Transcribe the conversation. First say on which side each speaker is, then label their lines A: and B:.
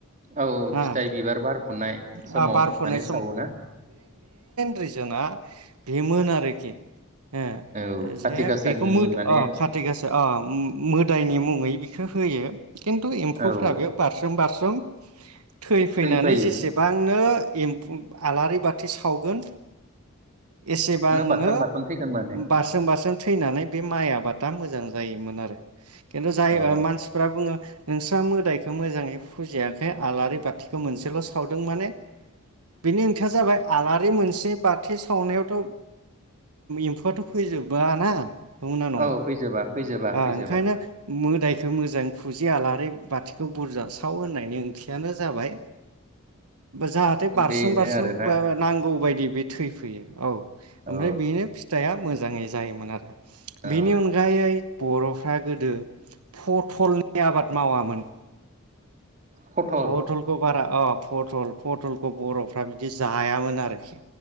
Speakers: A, on the right (about 35°); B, on the right (about 85°).
A: औ
B: हा
A: फिथाइ बिबार बार फुनाय समाव
B: बारफोनाय
A: माने सावो ना।
B: रिजना बेमोन आरोखि। हे
A: औ
B: जे।
A: खाथि गासानि
B: बेखौ मोद अ
A: माने
B: खाथि गासा अ उम मोदायनि मुङै बि बिखो होयो खिन्थु एम्फौफ्राबो
A: औ
B: बेयाव बारसोम बारसोम, जों थै फैनानै
A: थैफायो
B: जेसेबांनो एम्फौ आलारि बाथि सावगोन, एसेबांनो
A: बारसन बारसन थैगोन माने
B: बारसोम बारसोम, थैनानै बे माइ आबादा मोजां जायोमोन आरो खिन्थु जाय
A: औ
B: मानसिफोरा बुङो, नोंस्रा मोदायखौ मोजाङै फुजियाखै आलारि बाथिखौ मोनसेल' सावदों माने बेनि ओंथिया जाबाय। आलारि मोनसे बाथि सावनायावथ' एम्फौआथ' फैजोबा ना नंगौ ना नङा
A: औ फैजोबा फैजोबा फैजोबा
B: ओंखायनो मोदाय बेखो मोजांङै फुजि आलारि बाथिखौ बुरजा साव होननायनि ओंथियानो जाबाय, जाहाथे बारसोम
A: बेनो
B: बारसोम
A: आरोना
B: नांगौ बायदि बि थै फैयो औ ओमफ्राय
A: औ
B: बेनो फिथाइआ मोज मोजाङै जायोमोन आरो <inaudible>
A: औ
B: बेनि अनगायै बर'फ्रा गोदो फथ'लनि आबाद मावामोन,
A: पटल
B: फथ'लखौ बारा अ पटल पटलखौ बर'फ्रा बिदि जायामोन आरोखि,